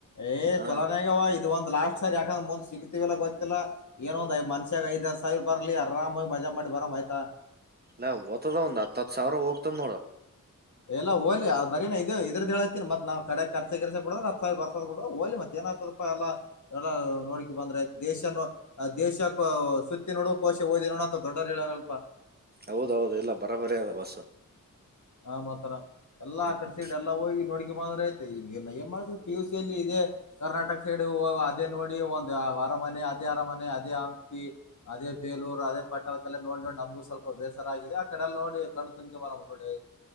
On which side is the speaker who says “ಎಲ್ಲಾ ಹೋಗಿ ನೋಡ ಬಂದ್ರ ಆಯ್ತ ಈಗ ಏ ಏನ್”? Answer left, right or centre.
Left